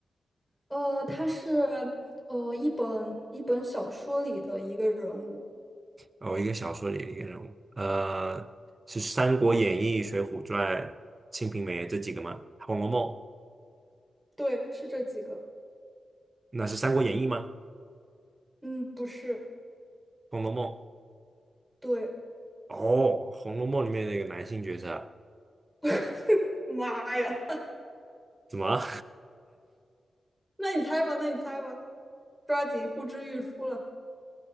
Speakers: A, in the centre; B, on the right.
A: 呃，他是呃一本一本小说里的一个人物，
B: 哦，一个小说里的一个人物，呃，是《三国演义》《水浒传》《清平梅》这几个吗？《红楼梦》
A: 对，是这几个，
B: 那是《三国演义》吗？
A: 嗯，不是，
B: 《红楼梦》
A: 对，
B: 哦，《红楼梦》里面的一个男性角色，
A: <laughs> 妈呀，
B: 怎么了？
A: <laughs> 那你猜吧，那你猜吧，抓紧呼之欲出了，